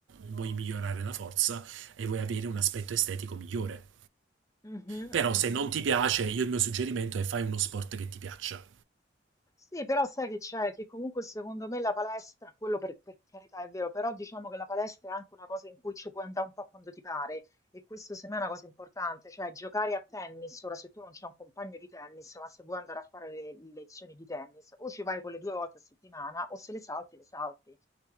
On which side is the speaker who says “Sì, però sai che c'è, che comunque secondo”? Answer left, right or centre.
Left